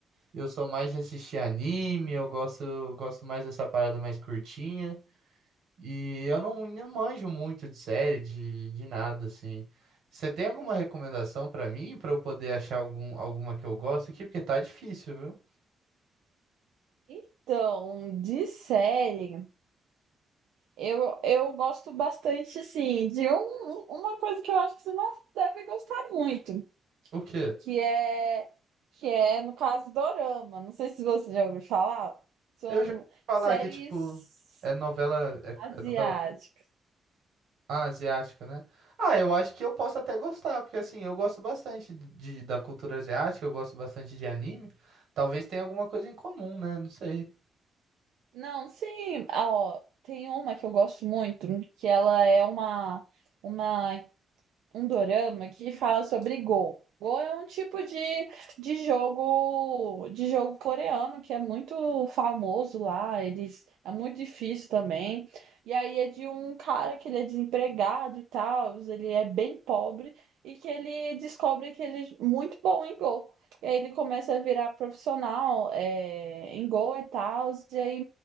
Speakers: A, on the right; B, on the right.
A: Eu sou mais de assistir anime, eu gosto, eu gosto mais dessa parada mais curtinha, E eu não, não manjo muito de série, de, de nada, assim. Você tem alguma recomendação pra mim, pra eu poder achar algum, alguma que eu gosto aqui? Porque tá difícil, viu?
B: Então, de série, eu, eu gosto bastante, sim, de um, uma coisa que eu acho que você não deve gostar muito,
A: O quê?
B: que é, que é, no caso, Dorama. Não sei se você já ouviu falar. São
A: Eu já ouvi falar
B: séries
A: que é tipo. É novela. É,
B: asiáticas.
A: é novela asiática, né? Ah, eu acho que eu posso até gostar, porque assim, eu gosto bastante de, da cultura asiática, eu gosto bastante de anime. Talvez tenha alguma coisa em comum, né? Não sei.
B: Não, sim, ó, tem uma que eu gosto muito, que ela é uma, uma um dorama que fala sobre Go. Go é um tipo de, de jogo de jogo coreano que é muito famoso lá, eles é muito difícil também. E aí é de um cara que ele é desempregado e tal, ele é bem pobre e que ele descobre que ele é muito bom em Go. E aí ele começa a virar profissional é, em Go e tal, e aí